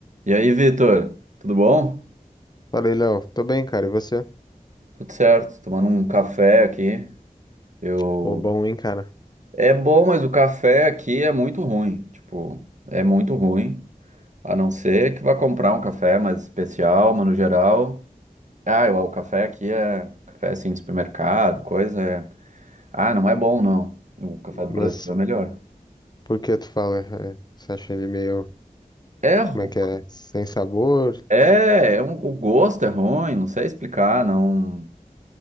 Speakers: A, on the right; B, on the left.
A: E aí, Vitor, tudo bom?
B: Falei, Léo, tô bem, cara. E você?
A: Tudo certo, tomando um café aqui. Eu
B: Pô, bom, hein, cara?
A: é bom, mas o café aqui é muito ruim, tipo, é muito ruim. A não ser que vá comprar um café mais especial, mas no geral, ah, eu- o café aqui é café assim de supermercado, coisa é, ah, não é bom não. O café do
B: Mas
A: Brasil é melhor.
B: por que tu fala? é, você acha ele meio,
A: É, ru-
B: como é que é? Sem sabor?
A: é, é um- o gosto é ruim, não sei explicar, não,